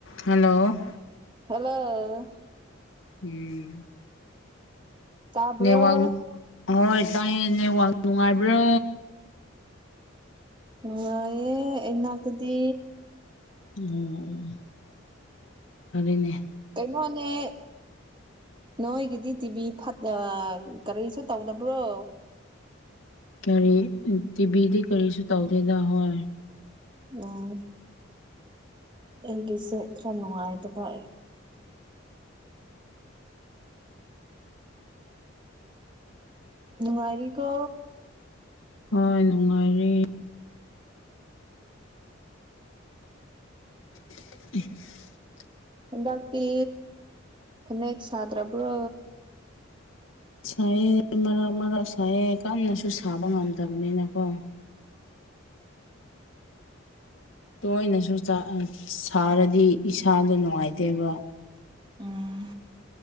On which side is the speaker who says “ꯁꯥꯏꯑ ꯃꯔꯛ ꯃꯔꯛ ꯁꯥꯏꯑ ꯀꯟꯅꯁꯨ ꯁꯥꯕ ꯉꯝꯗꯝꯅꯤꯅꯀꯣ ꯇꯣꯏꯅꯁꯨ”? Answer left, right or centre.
Left